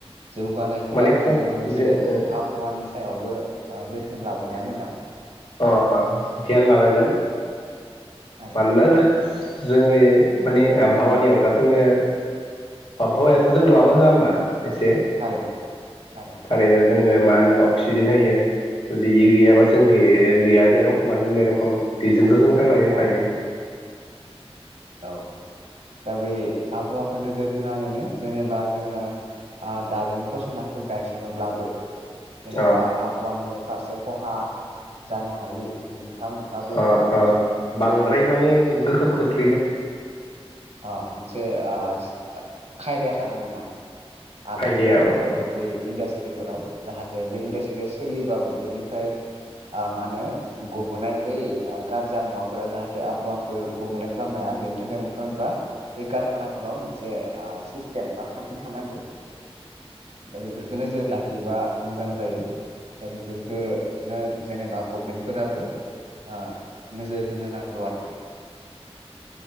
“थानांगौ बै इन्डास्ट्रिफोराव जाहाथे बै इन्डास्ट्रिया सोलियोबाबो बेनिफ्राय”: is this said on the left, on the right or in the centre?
Right